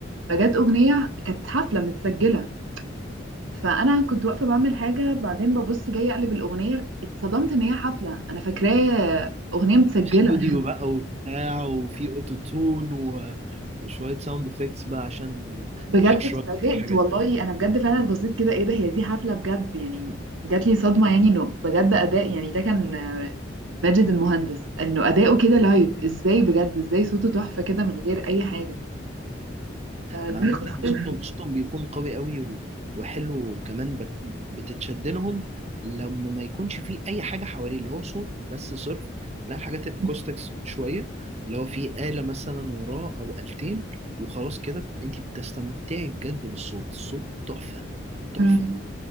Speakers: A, on the right (about 85°); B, on the right (about 35°).
A: فجت اغنيه كانت حفله متسجله فانا كنت واقفه بعمل حاجه بعدين ببص جاي اقلب الاغنيه اتصدمت ان هي حفله انا فاكراه اغنيه متسجله
B: في استوديو بقى وبتاع وفي اوتو تون و... وشوية ساوند افكتس بقى عشان
A: بجد
B: الحشرات
A: اتفاجئت
B: والحاجات
A: والله انا بجد فعلا بصيت كده ايه ده هي دي حفله بجد يعني جات لي صدمه يعني انه بجد اداء يعني ده كان آه، ماجد المهندس انه اداؤه كده لايف ازاي بجد ازاي صوته تحفه كده من غير اي حاجه فدي
B: انا عامه
A: خسرت
B: صوتهم صوتهم بيكون قوي قوي و- وحلو وكمان بت- بتتشد لهم لما ما يكونش فيه اي حاجه حواليه اللي هو صوت بس صرف لا الحاجات الاكوستكس
A: <laughs>
B: شويه اللي هو فيه آلة مثلا وراه او آلتين وخلاص كده بت- انت بتستمتعي بجد بالصوت الصوت تحفه تحفه
A: مم.